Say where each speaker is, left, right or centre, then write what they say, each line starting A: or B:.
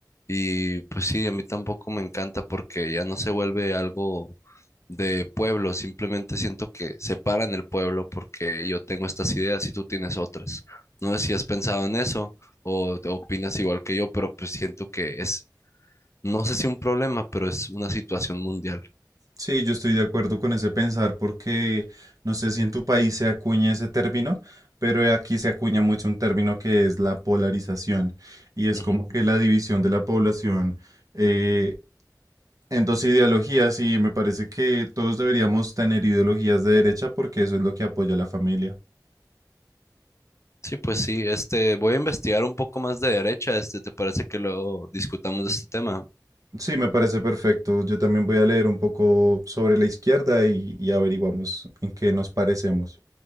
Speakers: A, on the left; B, on the right.
A: Y pues sí, a mí tampoco me encanta porque ya no se vuelve algo de pueblo, simplemente siento que separan el pueblo porque yo tengo estas ideas y tú tienes otras. No sé si has pensado en eso o te opinas igual que yo, pero pues siento que es, no sé si un problema, pero es una situación mundial.
B: Sí, yo estoy de acuerdo con ese pensar porque no sé si en tu país se acuña ese término, pero aquí se acuña mucho un término que es la polarización y es
A: Ujú.
B: como que la división de la población eh, en dos ideologías y me parece que todos deberíamos tener ideologías de derecha porque eso es lo que apoya a la familia.
A: Sí, pues sí, este, voy a investigar un poco más de derecha, este, ¿te parece que luego discutamos de este tema?
B: Sí, me parece perfecto. Yo también voy a leer un poco sobre la izquierda y, y averiguamos en qué nos parecemos.